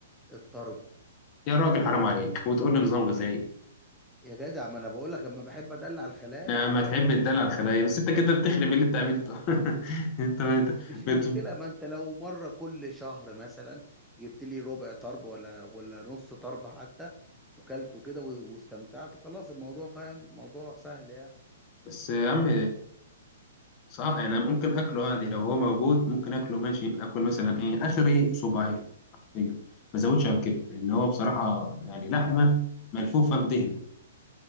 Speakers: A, in the centre; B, on the left.
A: الطرب
B: يا راجل حرام عليك وتقول لي نظام غذائي
A: يا, يا جدع ما انا بقول لك اما بحب ادلع الخلايا
B: لما تحب الدلع الخلايا بس انت كده بتخرب اللي انت عملته <laughs> انت انت
A: مش مشكلة
B: بت...
A: ما انت لو مرة كل شهر مثلا جبت لي ربع طرب ولا ولا نص طرب حتى وكلته كده و- واستمتعت خلاص الموضوع فاهم موضوع سهل يعني
B: بس يا عم صح انا ممكن اكله عادي لو هو موجود ممكن اكله ماشي اكل مثلا ايه اخري صباعين حرفيا ما زودش عن كده لان هو بصراحه يعني لحمه ملفوفه بدهن